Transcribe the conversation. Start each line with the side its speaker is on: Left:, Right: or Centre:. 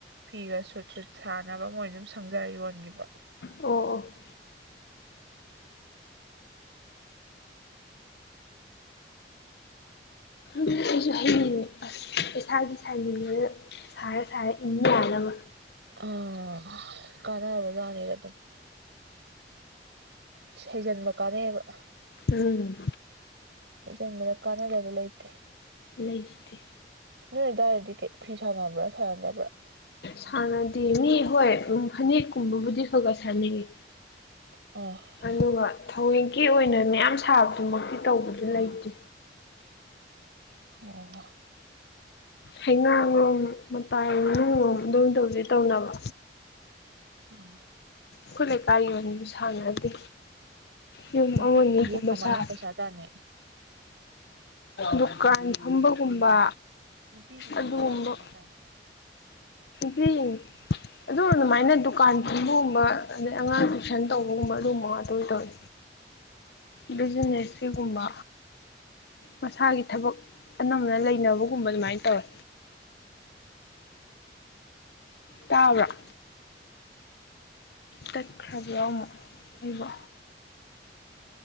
Right: ꯐꯤꯒ ꯁꯨꯠ ꯁꯨꯠ ꯁꯥꯅꯕ ꯃꯣꯏ ꯑꯗꯨꯝ ꯁꯪꯖꯔꯥ ꯌꯣꯟꯒꯤꯕ
Left: ꯑꯣ ꯑꯣ ꯑꯩꯁꯨ ꯍꯩꯅꯤꯡꯉꯦ ꯑꯁ ꯏꯁꯥꯒꯤ ꯁꯥꯏꯅꯤꯡꯉꯦ ꯁꯥꯔ ꯁꯥꯔ ꯏꯟ ꯌꯥꯅꯕ
Right: ꯑꯣ ꯀꯥꯟꯅꯕ ꯖꯥꯠꯅꯤ ꯑꯗꯨꯝ ꯍꯩꯖꯤꯟꯕ ꯀꯥꯟꯅꯩꯌꯦꯕ
Left: ꯎꯝ
Right: ꯍꯩꯖꯤꯟꯕꯗ ꯀꯥꯟꯅꯗꯕ ꯂꯩꯇꯦ
Left: ꯂꯩꯁꯤꯗꯤ
Right: ꯅꯣꯏ ꯑꯗꯨꯋꯥꯏꯗꯗꯤ ꯀꯩ ꯐꯤ ꯁꯥꯟꯅꯕ꯭ꯔꯥ ꯁꯥꯟꯅꯗꯕ꯭ꯔꯥ
Left: ꯁꯥꯟꯅꯗꯦ ꯃꯤ ꯍꯣꯏ ꯎꯝ ꯐꯅꯦꯛꯀꯨꯝꯕꯕꯨꯗꯤ ꯈꯥꯒ ꯁꯥꯅꯩꯌꯦ
Right: ꯑꯣ
Left: ꯑꯗꯨꯒ ꯊꯧꯋꯣꯏꯀꯤ ꯑꯣꯏꯅ ꯃꯌꯥꯝ ꯁꯥꯕꯗꯨꯃꯛꯇꯤ ꯇꯧꯕꯗꯤ ꯂꯩꯇꯦ
Right: ꯑꯣ
Left: ꯍꯩꯉꯥꯡꯂꯣꯝ ꯃꯇꯥꯏ ꯃꯅꯨꯡꯂꯣꯝ ꯑꯗꯨꯝ ꯇꯧꯁꯦ ꯇꯧꯅꯕ
Right: ꯑꯣ
Left: ꯈꯣꯏ ꯂꯩꯀꯥꯏꯒꯤ ꯑꯣꯏꯅꯗꯤ ꯁꯥꯟꯅꯗꯦ ꯌꯨꯝ
Right: ꯅꯨꯄꯤꯁꯤꯡꯁꯦ
Left: ꯑꯃꯅꯤ ꯒꯨꯝꯕ ꯁꯥꯏ
Right: <unintelligible>
Left: ꯗꯨꯀꯥꯟ ꯐꯝꯕꯒꯨꯝꯕ
Right: ꯅꯨꯄꯤꯁꯤꯡꯁꯦ
Left: ꯑꯗꯨꯒꯨꯝꯕ
Right: ꯄꯩꯁꯥ ꯀꯃꯥꯏꯅ ꯇꯥꯟꯅꯩ
Left: ꯒ꯭ꯔꯤꯟ ꯑꯗꯨ ꯑꯗꯨꯃꯥꯏꯅ ꯗꯨꯀꯥꯟ ꯐꯝꯕꯒꯨꯝꯕ ꯑꯗꯩ ꯑꯉꯥꯡ ꯇꯨꯏꯁꯟ ꯇꯧꯕꯒꯨꯝꯕ ꯑꯗꯨꯒꯨꯝꯕ ꯉꯥꯛꯇ ꯑꯣꯏ ꯇꯧꯏ ꯕꯤꯖꯤꯅꯦꯁ ꯁꯤꯒꯨꯝꯕ ꯃꯁꯥꯒꯤ ꯊꯕꯛ ꯑꯅꯝꯕꯅ ꯂꯩꯅꯕꯒꯨꯝꯕ ꯑꯗꯨꯃꯥꯏꯅ ꯇꯧꯋꯦ ꯇꯥꯕꯔ‌ꯣ ꯇꯠꯈ꯭ꯔꯕ ꯌꯥꯎ ꯑꯃꯨꯛ ꯑꯩꯕꯣ